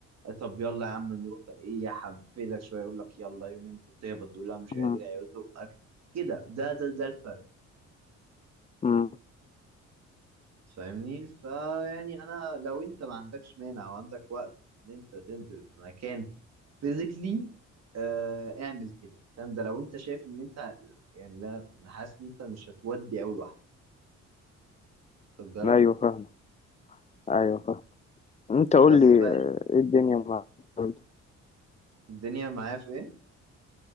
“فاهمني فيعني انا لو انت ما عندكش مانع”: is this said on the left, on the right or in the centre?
Right